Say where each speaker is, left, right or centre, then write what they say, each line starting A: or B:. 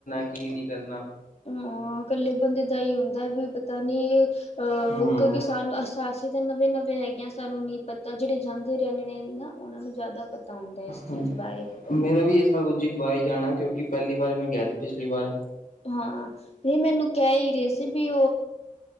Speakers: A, on the left; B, on the left.
A: ਕੀ ਨਹੀਂ ਕਰਨਾ
B: ਹਾਂ ਇਕੱਲੇ ਬੰਦੇ ਏਦਾ ਹੀ ਹੁੰਦਾ ਹੈ ਫਿਰ ਪਤਾ ਨਹੀਂ। ਅਹ
A: ਹਮ
B: ਕਿਉਂਕਿ ਸਾਨੂੰ ਅਸੀ ਤਾ ਤੇ ਨਵੇਂ-ਨਵੇਂ ਹੈਗੇ ਆਂ ਸਾਨੂੰ ਤ ਨੀ ਪਤਾ। ਜਿਹੜੇ ਜਾਂਦੇ ਰਹਿੰਦੇ ਨੇ ਨਾ ਉਹਨਾਂ ਨੂੰ ਜਿਆਦਾ ਪਤਾ। ਹੁੰਦਾ ਇਸ
A: ਹ
B: ਚੀਜ਼ ਬਾਰੇ
A: ਮੇਰਾ ਵੀ ਇਸ ਵਾਰ ਦੂਜੀ ਦਵਾਈ ਜਾਣਾ। ਕਿਉਂਕਿ ਪਹਿਲੀ ਵਾਰ ਮੈਂ ਗਿਆ ਸੀ ਪਿਛਲੀ ਵਾਰ।
B: ਹਾਂ ਇਹ ਮੈਨੂੰ ਕਹਿ ਹੀ ਰਹੇ ਸੀ। <unintelligible> ਤੇ